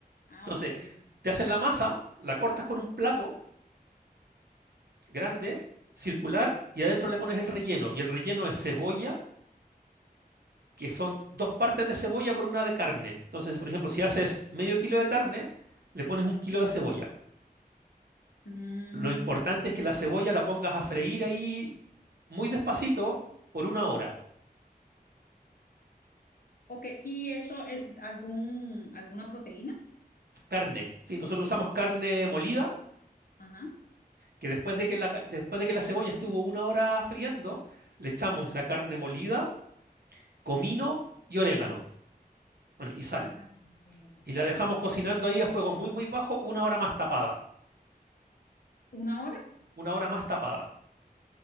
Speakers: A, on the left (about 65°); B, on the right (about 75°).
A: Ah,
B: Entonces,
A: ok. sí.
B: te haces la masa, la cortas con un plato grande, circular, y adentro le pones el relleno. Y el relleno es cebolla, que son dos partes de cebolla por una de carne. Entonces, por ejemplo, si haces medio kilo de carne, le pones un kilo de cebolla.
A: Mm,
B: Lo importante
A: te-
B: es que la cebolla la pongas a freír ahí muy despacito por una hora.
A: ok, ¿y eso, eh, algún, alguna proteína?
B: Carne. Sí, nosotros usamos carne molida,
A: Ajá.
B: que después de que la, ca- después de que la cebolla estuvo una hora friendo, le echamos la carne molida, comino y orégano. Bueno, y sal.
A: Ah, ok,
B: Y
A: Sí,
B: la dejamos
A: sí.
B: cocinando ahí a fuego muy, muy bajo, una hora más tapada.
A: ¿Una hora?
B: Una hora más tapada.